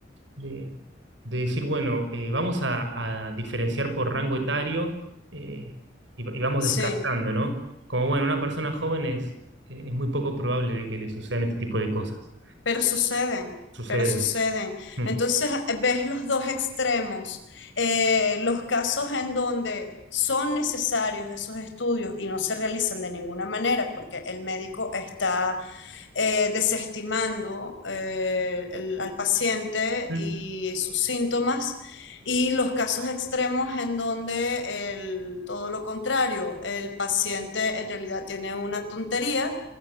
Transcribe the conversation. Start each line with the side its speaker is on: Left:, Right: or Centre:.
Right: de, de decir, bueno, eh, vamos a, a diferenciar por rango etario eh, y, y vamos descartando,
Left: Sí,
Right: ¿no? Como, bueno, una persona joven es, eh, es muy poco probable de que le sucedan este tipo de cosas.
Left: pero suceden,
Right: Sucede.
Left: pero suceden.
Right: Mm.
Left: Entonces eh, ves los dos extremos, eh, los casos en donde son necesarios esos estudios y no se realizan de ninguna manera porque el médico está eh, desestimando eh, el- al paciente
Right: Mm.
Left: y sus síntomas, y los casos extremos en donde el- todo lo contrario, el paciente en realidad tiene una tontería